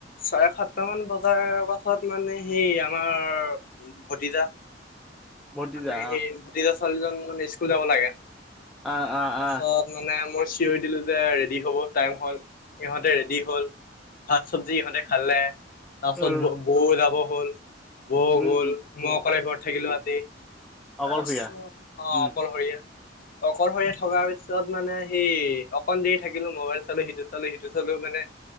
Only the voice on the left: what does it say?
চাৰে সাতটা মান বজাৰ পাছত মানে সেই আমাৰ ভতিজা,
মানে
সেই ভতিজা ছোৱালী জনী মানে স্কুল যাব লাগে।
তাৰপাছত
মানে মই চিঞৰি দিলো যে ৰেডি হ'ব টাইম হ'ল সিহঁতে ৰেডি হ'ল। ভাত চব্জি ইহঁতে খালে তাৰপাছত
ব বৌও যাব হল। বৌ
গ'ল মই অকলে ঘৰত থাকিলো আজি।
তাৰপাছত অ'
অকলশৰীয়া। অকলশৰীয়া থকাৰ পিছত মানে সেই অকণ দেৰি থাকিলো মবাইল চালো সিটো চালো সিটো চালো মানে